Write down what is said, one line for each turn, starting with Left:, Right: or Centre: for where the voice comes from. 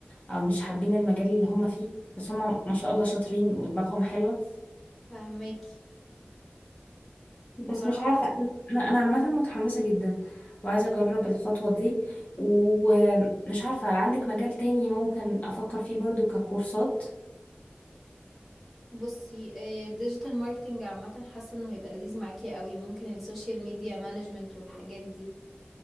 Left: أو مش حابين المجال اللي هم فيه بس هم ما شاء الله شاطرين ودماغهم حلوة
Centre: فهماكي
Left: بس
Centre: بصراحة
Left: مش عارفة أنا أنا أنا عامة متحمسة جدا وعايزة أجرب الخطوة دي ومش عارفة عندك مجال تاني ممكن أفكر فيه برضو ككورسات
Centre: بصي الديجيتال ماركتنج عامة حاسة انه هيبقى لذيذ معاكي قوي ممكن السوشيال ميديا مانجمنت والحاجات دي